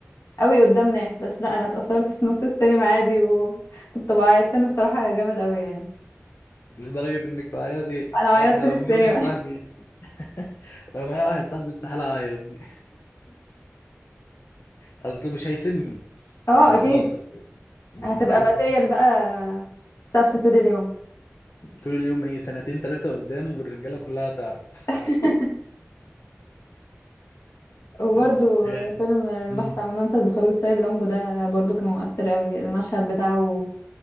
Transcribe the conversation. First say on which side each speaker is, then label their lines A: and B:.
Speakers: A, on the left; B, on the left.
A: قوي قدام ناس بس لا انا اتأثرت في نص السينما عادي وكنت بعيط فيلم بصراحة جامد قوي يعني
B: <laughs> لدرجة انك تعيطي
A: انا عيطت
B: لا انا
A: في
B: لو
A: السينما
B: معايا واحد صاحبي <laughs> لو معايا واحد صاحبي استحالة اعيط دي اصله مش هيسيبني
A: <laughs> اه
B: يعني
A: اكيد
B: خلاص يعني
A: هتبقى
B: بقيت
A: ماتيريال بقى سف طول اليوم
B: طول اليوم ايه سنتين تلاتة قدام والرجالة كلها تعرف
A: <laughs> وبرضو
B: بس
A: فيلم البحث
B: مم.
A: عن منفذ لخروج السيد رامبو ده برضو كان مؤثر قوي المشهد بتاعه